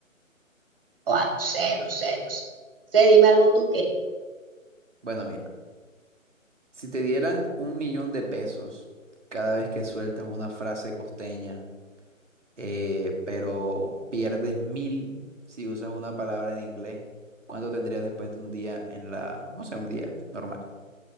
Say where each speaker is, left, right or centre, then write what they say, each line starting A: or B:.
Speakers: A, on the right; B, in the centre.
A: oa, no sé, no sé, no sé. Sé, dime algo tú que.
B: Bueno, mira, si te dieran un millón de pesos cada vez que sueltas una frase costeña, eh, pero pierdes mil si usas una palabra en inglés, ¿cuánto tendrías después de un día en la, no sé, un día normal?